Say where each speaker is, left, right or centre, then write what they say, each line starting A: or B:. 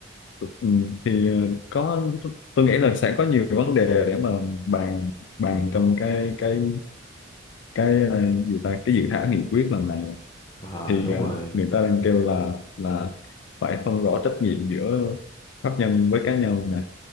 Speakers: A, on the left; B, on the left.
A: ờ, ừ, thì ờ, có tôi nghĩ là sẽ có nhiều vấn đề để mà bàn bàn trong cái cái cái ờ, gì ta cái dự thảo nghị quyết lần này
B: Ờ,
A: thì
B: đúng
A: ờ,
B: rồi
A: người ta đang kêu là là phải phân rõ trách nhiệm giữa pháp nhân với cá nhân nè